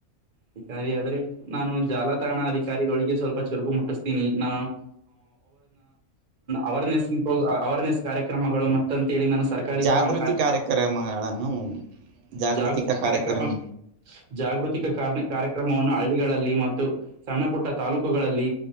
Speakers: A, on the right (about 45°); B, on the right (about 85°).
A: ಅಧಿಕಾರಿ ಆದ್ರೆ ನಾನು ಜಾಲತಾಣ ಅಧಿಕಾರಿಗಳಿಗೆ ಸ್ವಲ್ಪ ಚುರುಕು ಮುಟ್ಟಿಸ್ತೀನಿ ನಾನು ಅವರ್ನೆಸ್ ಅವರ್ನೆಸ್ ಕಾರ್ಯಕ್ರಮಗಳು ಮತ್ತೊಮ್ಮೆ ಳಿ ನನ್ನು ಸರ್ಕಾರಿ
B: ಜಾಗೃತಿ
A: ಕ ಕಾರ್ಯಕ್ರಮ
B: ಕಾರ್ಯಕ್ರಮಗಳನ್ನು ಜಾಗೃತಿಕ
A: ಜಾಗೃತಿ ಕಾರ್ಯ
B: ಕಾರ್ಯಕ್ರಮ
A: ಮ ಜಾಗೃತಿಕ ಕಾರ ಕಾರ್ಯಕ್ರಮವನ್ನು ಹಳ್ಳಿ ಮತ್ತು ಸಣ್ಣ ಪುಟ್ಟ ತಾಲೂಕುಗಳಲ್ಲಿ